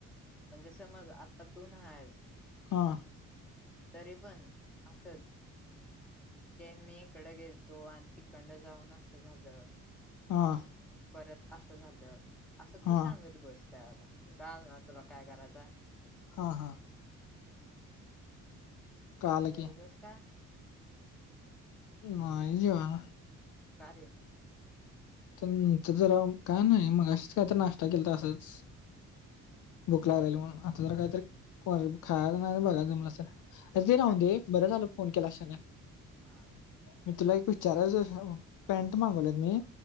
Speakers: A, in the centre; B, on the left (about 70°).
A: म्हणजे समजं आंत्ता तूूंना आहेस
B: हां
A: तरी पणं असंच की मी इकडं गेलतो आणि तिकंड जाऊंन असं झालं
B: हां
A: मंग परंत असं झालं असं
B: हा
A: तूं सांगत बसं त्यांला कां तुलां कायं करांयचा
B: हां हां कळालं
A: जेवलसं
B: की
A: कायं
B: नाहीं इजीवां नां
A: कारे
B: तुझं तुझं जरां कांई नाहीं मंगाशीचं कायं तरं नाश्तां केलं तां तरं तंच
A: हां
B: भुकंलागली राहिल म्हणूंन आंता जरं कांहींतरी को खांयला नाहीं बघायचं मलां सरं अरे ते राहूंन
A: का
B: दे बरं झालं फोन केलां क्षाने
A: हां
B: मी तुलां एक विचारायचं पॅन्ट मागवलेत मी